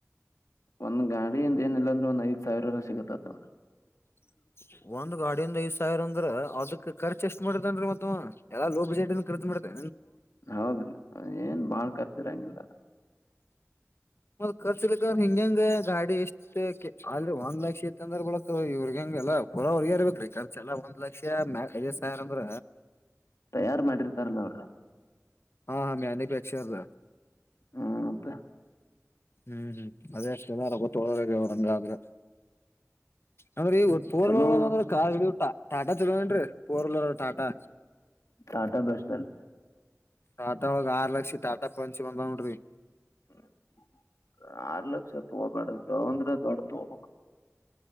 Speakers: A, on the left; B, on the left.
A: ಒಂದ್ ಗಾಡಿ ಅಂದ ಏನಿಲ್ಲ ಅಂದ್ರೆ ಒಂದ್ ಐದ ಸಾವಿರ ಸಿಗತ್ತದ ನೋಡ್ರೀ
B: <inaudible> ಒಂದ್ ಗಾಡಿಯಿಂದ ಇದು ಸಾವಿರ ಅಂದ್ರ ಅದಕ್ ಖರ್ಚ್ ಎಷ್ಟ ಮಾಡಿದನ್ ಅವ ಮತ್ತ ಎಲ್ಲಾ ಲೋ ಬಜೆಟ್ ಇಂದ ಖರ್ಚು ಮತ್ತೆ.
A: ಹೌದ್ರಿ ಏನ್ ಬಾಳ್ ಕರ್ತಿರಂಗಿಲ್ಲ. <inaudible>
B: ಮತ್ತ ಖರ್ಚಲಿಕ್ಕ ಹಿಂಗಗೆಂಗ ಗಾಡಿ ಎಷ್ಟ ಅಲ್ಲಿ ಒಂದ್ ಲಕ್ಷ ಐತ್ತ ಅಂದ್ರ ಬಳಿಕ <unintelligible> <unintelligible> ಖರ್ಚ ಎಲ್ಲ ಒಂದ್ ಲಕ್ಷ ಐದ್ ಸಾವಿರ ಅಂದ್ರ
A: ತಯಾರ್ ಮಾಡಿರ್ತಾರಲ್ಲ ಅವ್ರ.
B: ಹಾ ಹಾ ಮ್ಯಾನಿಪೆಕ್ಷರ್.
A: ಹ್ಮ್ ಮತ್ತೆ.
B: ಹ್ಮ್ ಹ್ಮ್ ಅದೇ <unintelligible> ಅಂದ್ರೆ ಈ ಪೂರ್
A: ಚಲೋ
B: ಅಂದ್ರೆ ಕಾಗಡಿ ಊಟ. ಟಾಟಾ ಚಲೋ ಎನ್ ರಿ ಫೋರ್ವಿಲರ್ ಟಾಟಾ.
A: ಟ್ರಾಟಾ ಬೆಸ್ಟ್ ಅಲ್ರೀ.
B: ಟಾಟಾ ಈವಾಗ ಆರ್ ಲಕ್ಷ ಟಾಟಾ ಪಂಚಿ ಬಂದ ನೋಡ್ರಿ
A: ಹೂ ಆರ ಲಕ್ಷ <unintelligible> ಅಂದ್ರೆ ದೊಡ್ಡದು ತಗೋಬೇಕ್.